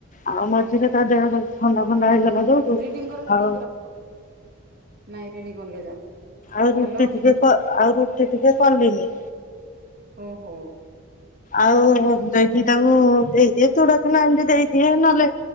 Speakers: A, on the left (about 40°); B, on the right (about 45°).
A: ଆଉ ମଝିରେ ତା ଦେହ ଥଣ୍ଡା ଫଣ୍ଡା ହେଇଗଲା। ଯୋଉଠୁ
B: ରିଡିଙ୍ଗ କର ରିଡିଙ୍ଗ
A: ଆଉ
B: କର ନାଇଁ ରିଡିଙ୍ଗ କର କେ ଯା।
A: ଆଉ ରୁଟି
B: ହ୍ୟାଲୋ
A: ଟିକେ କ ଆଉ ରୁଟି ଟିକେ କଲିନି।
B: ଓ ହୋଁ।
A: ଆଉ ଯକି ତାଙ୍କୁ ଦେଇଦିଏ ଚୂଡ଼ା ଚୁନା ଏମିତି ଦେଇଦିଏ ନହେଲେ